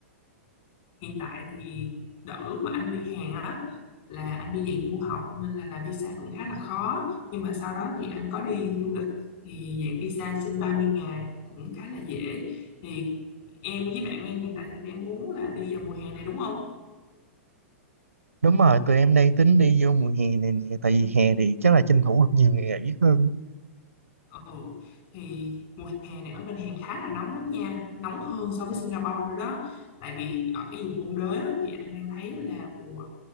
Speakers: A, on the left; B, on the right.
A: hiện tại thì đợt lúc mà anh đi Hàn á là anh đi dạng du học nên là làm visa cũng khá là khó nhưng mà sau đó thì anh có đi du lịch thì dạng visa xin 30 ngày cũng khá là dễ thì em với bạn em hiện tại thì đang muốn là đi vào mùa hè này đúng không?
B: Đúng rồi, tụi em đang tính đi vô mùa hè này nè tại vì hè thì chắc là tranh thủ được nhiều ngày nghỉ hơn.
A: Ừ thì mùa hè này ở bên Hàn khá là nóng lắm nha nóng hơn so với Singapore nữa đó tại vì ở cái vùng ôn đới á, thì anh đang thấy là mùa